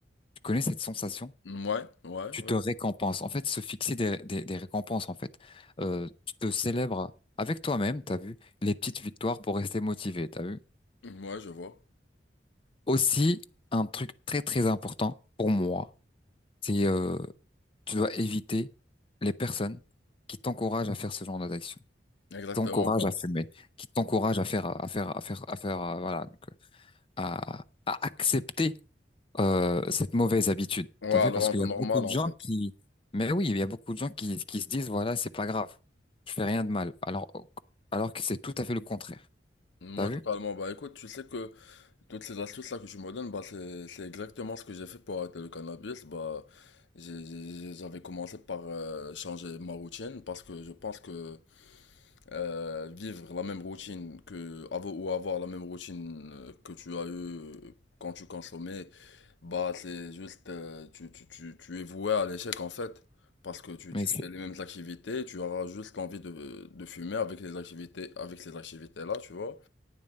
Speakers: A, on the left (about 30°); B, on the left (about 85°).
A: tu connais cette sensation?
B: Ouais, ouais,
A: Tu
B: ouais.
A: te récompenses. En fait, se fixer des, des, des récompenses, en fait. Euh, tu te célèbres avec toi-même, t'as vu? Les petites victoires pour rester motivé, t'as vu?
B: Ouais, je vois.
A: Aussi, un truc très très important pour moi. c'est euh, tu dois éviter les personnes qui t'encouragent à faire ce genre d'action,
B: Exactement,
A: t'encouragent
B: bah.
A: à fumer, qui t'encouragent à faire à faire à faire à faire euh, voilà donc euh, à, à accepter euh, cette mauvaise habitude.
B: Ouais,
A: T'as vu
B: le
A: parce
B: rendre
A: qu'il y a
B: normal,
A: beaucoup de
B: en
A: gens
B: fait.
A: qui mais oui il y a beaucoup de gens qui qui se disent voilà c'est pas grave je fais rien de mal alors alors que c'est tout à fait le contraire.
B: Moi,
A: T'as vu?
B: totalement. Bah, écoute, tu sais que Toutes ces astuces-là que tu me donnes, bah, c'est, c'est exactement ce que j'ai fait pour arrêter le cannabis. Bah, j'ai- j'ai- j'avais commencé par euh, changer ma routine parce que je pense que euh, vivre la même routine que, avoir, ou avoir la même routine euh, que tu as eu euh, quand tu consommais, bah, c'est juste, euh, tu, tu, tu, tu es voué à l'échec en fait. Parce que tu,
A: Mais
B: tu
A: c'est
B: fais les mêmes activités, tu auras juste envie de, de fumer avec les activités, avec ces activités-là, tu vois.